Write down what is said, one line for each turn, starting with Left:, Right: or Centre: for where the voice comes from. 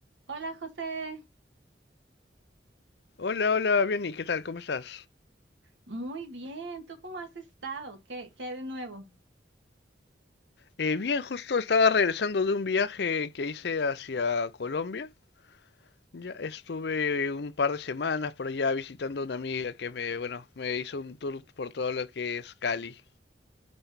Right: Hola José,
Left: Hola, hola, bien, ¿y qué tal? ¿Cómo estás?
Right: muy bien, ¿tú cómo has estado? ¿Qué, qué hay de nuevo?
Left: Eh, bien, justo estaba regresando de un viaje que hice hacia Colombia. Ya estuve un par de semanas por allá visitando a una amiga que me, bueno, me hizo un tour por todo lo que es Cali.